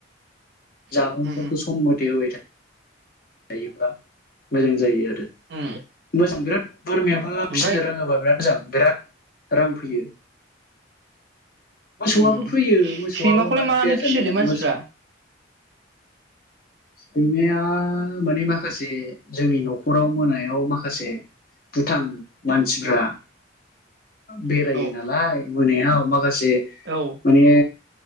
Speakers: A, on the left; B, on the right.
A: जामुंफोरफोरखौ
B: उम उम
A: सम मथे होबाय जायोब्ला मोजां जायो आरो
B: उम
A: मोजां बिराद बोरमायाबो
B: ओमफ्राय
A: फिसिनो रोङोबा बिराद मोजां। बिराद रां फैयो। मोसौआबो
B: उम उम
A: फैयो मोसौआआबो
B: सैमाखौलाय
A: मानो फैया जानो
B: फियोलै मानसिफ्रा
A: सैमाया माने माखासे जोंनि न'खराव मोनायाव माखासे दुथां मानसिफ्रा
B: औ
A: बेरायो
B: औ
A: नालाय मोनायाव। <unintelligible> बे
B: औ
A: माने
B: औ